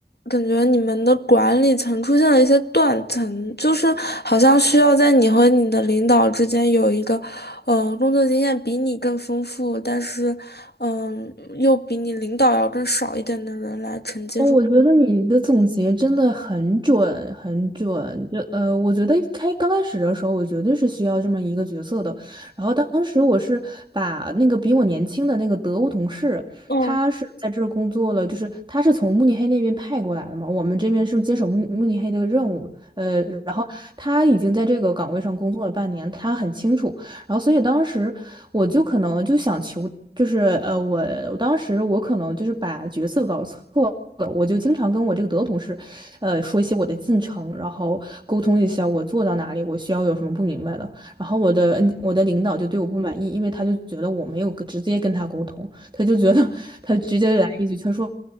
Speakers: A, on the left; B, on the right.
A: 感觉你们的管理层出现了一些断层，就是好像需要在你和你的领导之间有一个，呃，工作经验比你更丰富，但是，嗯、又比你领导要更少一点的人来承接住。
B: 哦，我觉得你的总结真的很准，很准。就呃，我觉得一开刚开始的时候，我绝对是需要这么一个角色的。然后当时我是把那个比我年轻的那个德国同事，
A: 嗯，
B: 他是在这儿工作了，
A: 啊，
B: 就是他是从慕尼黑那边派过来的嘛，我们这边是接手慕慕尼黑的任务，呃，然后他已经在这个岗位上工作了半年，他很清楚。然后所以当时我就可能就想求，就是呃，我我当时我可能就是把角色搞错了，我就经常跟我这个德国同事，呃，说一些我的进程，然后沟通一下我做到哪里，我需要有什么不明白的。然后我的嗯，我的领导就对我不满意，因为他就觉得我没有跟直接跟他沟通，他就觉得他直接来一句，他说。